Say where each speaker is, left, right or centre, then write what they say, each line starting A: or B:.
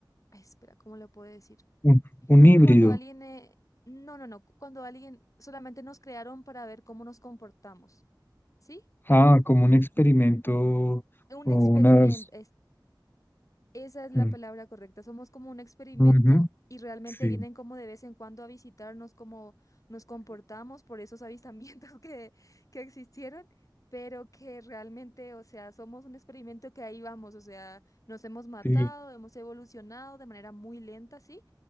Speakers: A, on the left; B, on the left.
A: ay, espera, ¿cómo lo puedo decir?
B: un un
A: como
B: híbrido.
A: cuando alguien, eh, no, no, no, cuando alguien solamente nos crearon para ver cómo nos comportamos, ¿sí?
B: Ah, como un experimento o
A: Un experimento,
B: unas...
A: Esa es la
B: mm,
A: palabra correcta. Somos como un experimento
B: ujú,
A: y realmente
B: sí,
A: vienen como de vez en cuando a visitarnos, cómo nos comportamos por esos avistamientos <laughs> que, que existieron, pero que realmente, o sea, somos un experimento que ahí vamos, o sea, nos hemos matado,
B: sí,
A: hemos evolucionado de manera muy lenta, sí,